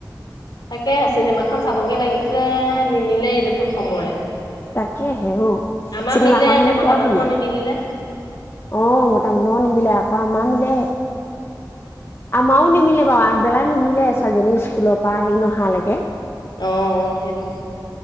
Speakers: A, on the left (about 70°); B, on the left (about 35°).
A: তাকে চিনেমাখন চাবগে লাগিছিলে নিমিলেই এইটো সময়
B: তাকেহে ঔ
A: আমাৰ
B: চিনেমাখন
A: মিলে এতিয়া
B: হেনো
A: মতা
B: বৰ
A: মানুহৰ
B: ধুনীয়া অ
A: নিমিলিলে।
B: মতা মানুৰ নিমিলে আকৌ আমাৰ মিলে। আমাৰও নিমিলে বাৰু আগবেলা নিমিলে ছোৱালজনী স্কুলৰ পৰা হেৰি নহালৈকে।
A: অ অ সেইটোৱে।